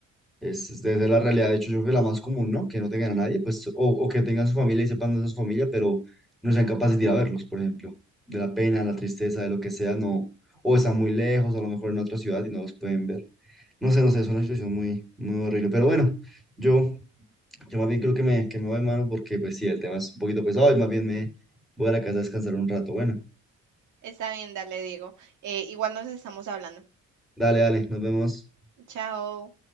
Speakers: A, in the centre; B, on the right.
A: es, es- debe ser la realidad, de hecho, yo creo que la más común, ¿no? Que no tengan a nadie, pues, o, o que tengan su familia y sepan de su familia, pero no sean capaces de ir a verlos, por ejemplo, de la pena, la tristeza, de lo que sea, no, o están muy lejos, a lo mejor en otra ciudad y no los pueden ver. No sé, no sé, es una situación muy, muy horrible, pero bueno, yo Yo más bien creo que me, que me voy, mano, porque pues sí, el tema es un poquito pesado y más bien me voy a la casa a descansar un rato. Bueno,
B: Está bien, dale, Diego. Eh, igual nos estamos hablando.
A: dale, dale, nos vemos.
B: Chao.